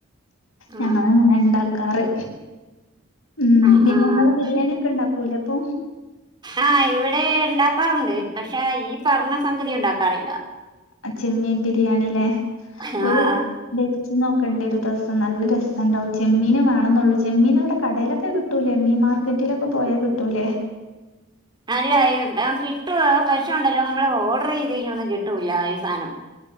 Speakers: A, on the right; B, on the left.
A: ആഹ്
B: ഞങ്ങള് അങ്ങനെ ഇണ്ടാ ക്കറ് ഉം
A: ആഹ്
B: പിന്നെ
A: ആഹ്
B: നിങ്ങള് ബിരിയാണിയൊക്കെ ഇണ്ടാക്കൂലേ അപ്പൊ-
A: ആഹ് ഇവിടെ ഇണ്ടാക്കാറുണ്ട് പക്ഷെ ഈ പറഞ്ഞ സംഗതി ഉണ്ടാക്കാറില്ല
B: ആഹ് ചെമ്മീൻ ബിരിയാണിലെ
A: ആഹ്
B: ഒരു <unintelligible> നോക്കേണ്ടി വരും ഒരു ദിവസം നല്ല രസം ഇണ്ടാവും ചെമ്മീന് വേണംന്നേ ഉള്ളൂ ചെമ്മീൻ ഇവിടെ കടയിലൊക്കെ കി കിട്ടൂലെ മീൻ മാർക്കറ്റിലൊക്കെ പോയാൽ കിട്ടൂലേ
A: അല്ല അഹ് കിട്ടും പക്ഷെ ഒണ്ടല്ലോ നമ്മള് ഓർഡർ ചെയ്ത് കഴിഞ്ഞ ഒന്നും കിട്ടൂല ഈ സാധനം